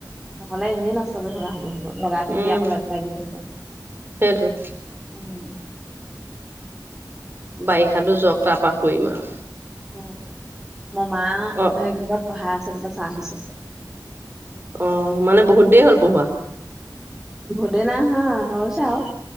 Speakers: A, in the centre; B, on the right.
A: নহ'লে এনেই নষ্ট কৰি থকা হ'ব হ'ব, লগাই থাকিব
B: উম
A: আকৌ লেতেৰা লাগি থাকিব।
B: সেইটোৱে
A: উম্।
B: বাৰিষাতো যাওঁক, তাৰপা কৰিম আৰু।
A: অ', মোৰ মা
B: অ
A: সেই পঢ়াই আছে, তোমাক চাহ দিছে।
B: অ', মানে বহুত দেৰি হ'ল পঢ়োৱা?
A: বহুত দেৰি নাই হোৱা, হৈছে আৰু